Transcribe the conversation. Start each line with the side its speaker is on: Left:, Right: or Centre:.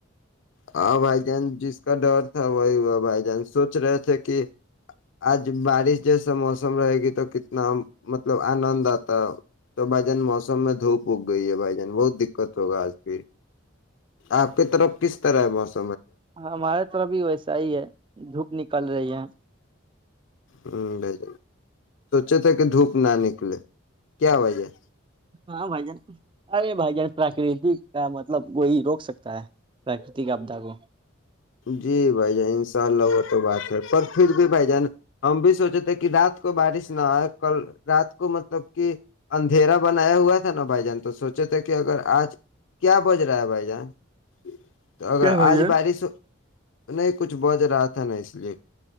Left: ہاں بھائی جان جس کا ڈر تھا وہی ہوا بھائی جان سوچ رہے تھے کہ آج بارش جیسا موسم رہے گی تو کتنا مطلب آنند آتا ہے تو بھائی جان موسم میں دھوپ اگ گئی ہے بھائی جان بہت دقت ہوگا آج بھی آپ کی طرف کس طرح ہے بس
Right: ہمارے طرف بھی ویسا ہی ہے دھوپ نکل رہی ہے <inaudible>
Left: ہاں بھای جان سوچے تھے کہ دھوپ نہ نکلے کیا بھای جان
Right: ہاں بھائی جان ارے بھائی جان پراکرتی کا مطلب کوی روک سکتا ہے پراکرتی کے آپدا کو
Left: جی بھائی جان انشاء اللہ وہ تو بات ہے پر پھر بھی بھائی جان ہم بھی سوچے تھے کہ رات کو بارش نہ آئے کل رات کو م مطلب کہ اندھیرا بنایا ہوا تھا نہ بھائی جان تو سوچے تھے کہ اگر آج کیا وجا رہا ہے بھائی جان <inaudible> تو اگر
Right: کیا
Left: آج
Right: بھائی جان
Left: بارش نہیں کچھ بج رہا تھا نہ اس لیے